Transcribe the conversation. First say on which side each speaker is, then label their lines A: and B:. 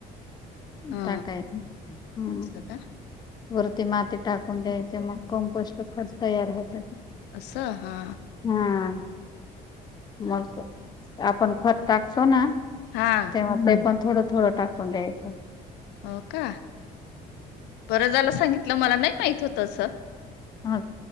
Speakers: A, on the left; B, on the left.
A: हा
B: टाकायच हम्म.
A: असं का
B: वरती माती टाकून द्यायचे मग कंपोस्ट खत तयार होत.
A: असं हा.
B: हा मग आपण खत टाकतो ना
A: हा.
B: तेव्हा ते पण थोडं थोडं टाकून घ्यायचं.
A: हो का. बर झाल सांगितलं मला नाही माहित होत अस
B: ह